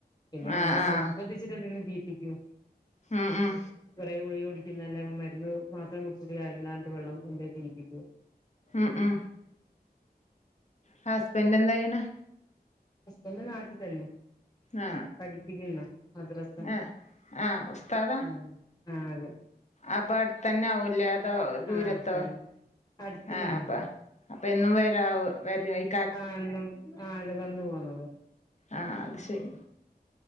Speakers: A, on the left (about 25°); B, on the left (about 45°).
A: പിന്നെ നമ്മള്
B: ആഹ് ആഹ്
A: നിർബന്ധിച്ചിട്ട് എന്തെങ്കിലും- <unintelligible>
B: ഉം ഉം
A: കൊറേ ഗുളിക കുടിക് ക്ക്ന്നയല്ലേ അപ്പം മരുന്ന് മാത്രം കുടിച്ചിട്ട് കാര്യല്ല പറഞ്ഞിട്ട് വെള്ളം കൊണ്ടോയി കുടിപ്പിക്കും.
B: ആ ആ ഹസ്ബന്റ് എന്താ ചെയ്യണ്?
A: ഹസ്ബന്റ് നാട്ട് തന്നെ
B: ആ
A: പഠിപ്പിക്കുന്നു മദ്രസ
B: ആ ആ ഉസ്താദാ
A: ആഹ് ആഹ് അതെ
B: അപ്പ അടുത്തന്നാവുല്ലോ അതോ ദൂരത്തോ
A: ആഹ് അടുത്തന്നെ അടുത്തന്നെയാ
B: ആ അപ്പ അപ്പ എന്നും വരാവോ വരായ്
A: ആ എന്നും ആ അതെ വന്നു പോണതും
B: ആ അത് ശരി